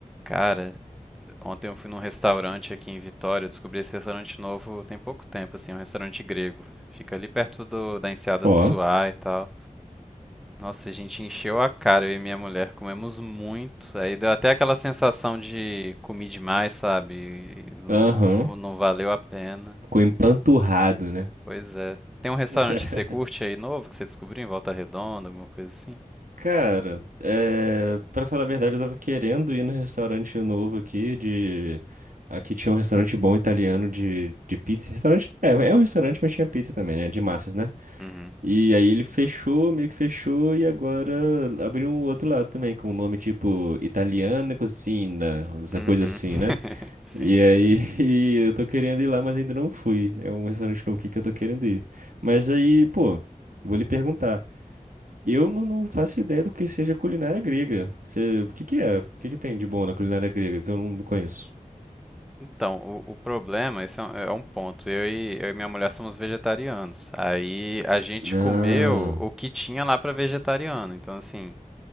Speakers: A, in the centre; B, on the right.
A: Cara, ontem eu fui num restaurante aqui em Vitória, eu descobri esse restaurante novo tem pouco tempo, assim, um restaurante grego. Fica ali perto do, da Enseada
B: Ó,
A: do Suá e tal. Nossa, a gente encheu a cara, eu e minha mulher, comemos muito. Aí deu até aquela sensação de comi demais, sabe? E Não,
B: aham.
A: não- não valeu a pena.
B: Ficou empanturrado, né?
A: Pois é. Tem um restaurante
B: <laughs>
A: que você curte aí novo, que você descobriu em Volta Redonda, alguma coisa assim?
B: Cara, é... pra falar a verdade, eu tava querendo ir no restaurante novo aqui de... Aqui tinha um restaurante bom italiano de, de pizza. Restaurante... É, é um restaurante, mas tinha pizza também, né? De massas, né?
A: Uhum.
B: E aí ele fechou, meio que fechou, e agora abriu um outro lado também, com o nome tipo Italiana Cucina, essa
A: Uhum.
B: coisa assim, né? E
A: <laughs> Sim.
B: aí, <laughs> eu tô querendo ir lá, mas ainda não fui. É um restaurante novo aqui que eu tô querendo ir. Mas aí, pô, vou lhe perguntar. Eu não, não faço ideia do que seja culinária grega. Você, o que que é? O que que tem de bom na culinária grega que eu não conheço?
A: Então, o, o problema, esse é um, é um ponto. Eu e, eu e minha mulher somos vegetarianos. Aí a gente
B: Ah,
A: comeu o que tinha lá para vegetariano. Então, assim,